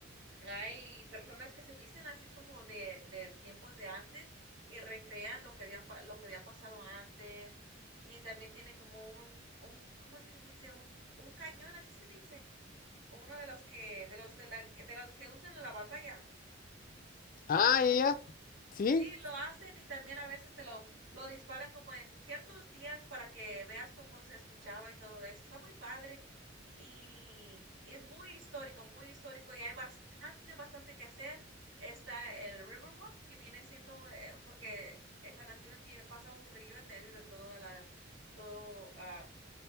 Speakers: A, on the right; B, on the left.
A: hay personas que se visten así como de, de tiempos de antes y recrean lo que habían, pa- lo que había pasado antes. Y también tiene como un, un, ¿cómo se dice? Un, un cañón, así se dice. Uno de los que, de los de la, de los que usan en la batalla,
B: Ah,
A: un cañón.
B: ella, sí,
A: Sí, lo hacen y también a veces te lo, lo disparan como en ciertos días para que veas cómo se escuchaba y todo eso. Está muy padre y es muy histórico, muy histórico y hay bastante, bastante que hacer. Está el Riverwalk, que viene siendo, eh, porque el San Antonio tiene, pasa un río en medio de toda la, todo, ah,